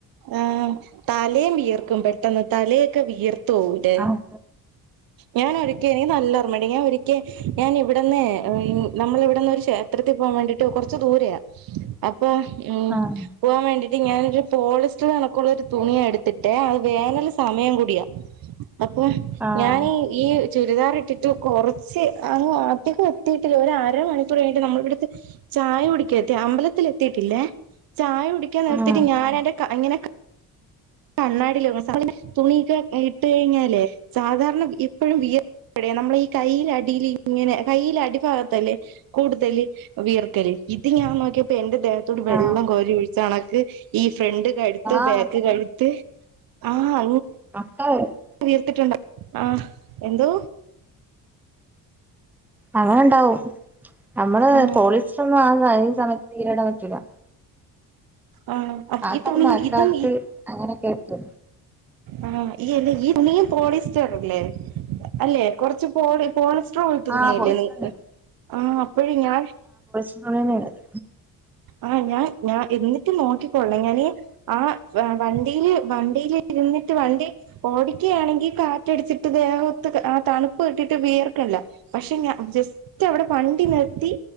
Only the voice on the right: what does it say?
ആഹ് തലയും വിയർക്കും പെട്ടെന്ന് തലയൊക്കെ വിയർതാ തോട്
ഞാൻ ഒഴിക്കണ നല്ലർമ്മണ്ട് ഞാൻ ഒരി കെ ഞാൻ ഇവിടന്നേ നമ്മള് ഇവിടന്ന് ഒരു ക്ഷേത്രത്തി പോവാൻ വേണ്ടിട്ട് കുറച്ച് ദൂരെയാ പ്പം ഉം
പോവാൻ വേണ്ടി എ ഞാനൊരു പോളിസ്റ്റർ കണക്കുള്ള രു തുണിയ എടുത്തിട്ട് അത് വേനൽ സമയം കൂടിയാ അപ്പൊ
ഞാനി ഈ ചുരിദാർ ഇട്ടിട്ട് കൊറച്ച് അങ് അധികം എത്തിട്ടില്ല ഒരമണിക്കൂർ കഴിഞ്ഞട്ട് നമ്മളടുത്ത് ചായ കുടിക്ക എത്തി അമ്പലത്തില് എത്തിട്ടില്ലേ ചായ കുടിക്കാൻ നിർത്തിട്ട്
ഞാന് ക്കാ അങ്ങിനെ ക കണ്ണാടിലിടണം <inaudible> തുണിയൊക്കെ ഇട്ട് കഴിഞ്ഞാലേ സാധാരണ ഇപ്പോഴും വിയർക്കുമ്പഴേ നമ്മടെ ഈ കൈയിലെ അടില് ഇങ്ങനെ കയ്യില അടിഭാഗത്തല്ലേ കൂടുതല് വിയർക്കല് ഇത് ഞാൻ നോക്കിയപ്പോ എന്റെ ദേഹത്തോട് വെള്ളം
കോരി ഒഴിച്ചാണക്ക്‌ <unintelligible> ഈ ഫ്രണ്ട് കഴ്ത്ത്
ബാക്ക് കഴ് ആഹ്
വീർത്തിട്ടുണ്ടൊ ആ എന്തോ
ആഹ്
ആഹ് അപ്പൊ
ഈ
തുണിയും
ഇതും
ആ ഈ തുണിയും പോളിസ്റ്ററല്ലേ അല്ലെ കൊറച്ച് പോളി പോളിസ് <unintelligible> തുണില്ലേ
നിങ്ങടെ
ആഹ് അപ്പഴ് ഞാൻ
ആ ഞാൻ ഞാൻ എന്നിട്ട് നോക്കിക്കൊള്ളണെ ഞാന് ആ വണ്ടില് വണ്ടില് ഇരുന്നിട്ട് വണ്ടി ഓടിക്കയാണെങ്കി കാറ്റടിച്ചിട്ട് ദേഹത്ത് ആ തണുപ്പ് ഇട്ടിട്ട് വിയർക്കില്ല പക്ഷെ ഞാൻ ജസ്റ്റ് അവിടെ വണ്ടി നിർത്തി